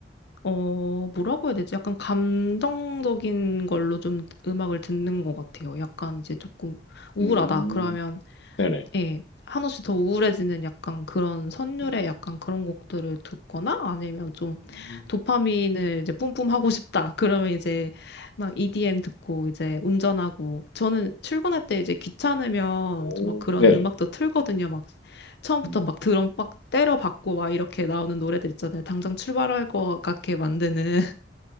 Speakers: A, on the left; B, on the left.
A: 어, 뭐라고 해야 되지? 약간 감정적인 걸로 좀 음악을 듣는 것 같아요. 약간 이제 조금 우울하다.
B: 음.
A: 그러면
B: 네네.
A: 예, 한없이 더 우울해지는 약간 그런 선율의
B: 음.
A: 약간 그런 곡들을 듣거나 아니면 좀
B: 음.
A: 도파민을 이제 뿜뿜 하고 싶다. 그러면 이제 막 EDM 듣고 이제 운전하고 저는 출근할 때 이제 귀찮으면
B: 오.
A: 좀 막 그런
B: 네네.
A: 음악도 틀거든요. 막 처음부터
B: 음.
A: 막 드럼 빡 때려 박고 막 이렇게 나오는 노래들 있잖아요. 당장 출발할 것 같게 만드는